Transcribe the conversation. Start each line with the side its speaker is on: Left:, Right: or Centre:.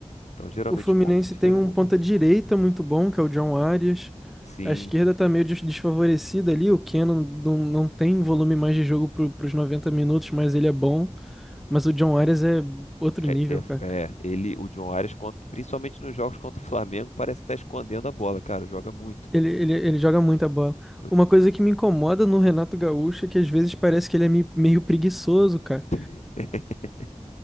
Left: Então geralmente
Centre: O Fluminense
Left: os pontas esquerdas
Centre: tem um
Left: vão
Centre: ponta-direita
Left: bem.
Centre: muito bom, que é o John Arias.
Left: Sim,
Centre: A esquerda tá meio des- desfavorecida ali. O Keno não, não tem volume mais de jogo para os 90 minutos, mas ele é bom. Mas o John Arias é outro
Left: é,
Centre: nível,
Left: é-
Centre: cara.
Left: é, ele, o John Arias, contra- principalmente nos jogos contra o Flamengo, parece que tá escondendo a bola, cara, joga muito.
Centre: Ele, ele, ele joga muita bola.
Left: Eu
Centre: Uma coisa que me incomoda no Renato Gaúcho é que às vezes parece que ele é me- meio preguiçoso, cara.
Left: <laughs>